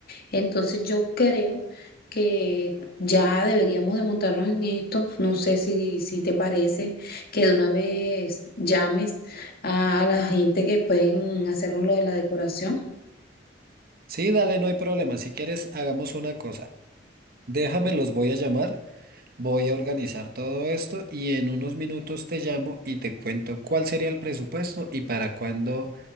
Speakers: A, on the left (about 55°); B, on the right (about 50°).
A: Entonces yo creo que ya deberíamos de montarnos en esto. No sé si, si te parece que de una vez llames a, a la gente que pueden hacernos lo de la decoración.
B: Sí, dale, no hay problema, si quieres, hagamos una cosa. Déjame, los voy a llamar Voy a organizar todo esto y en unos minutos te llamo y te cuento cuál sería el presupuesto y para cuándo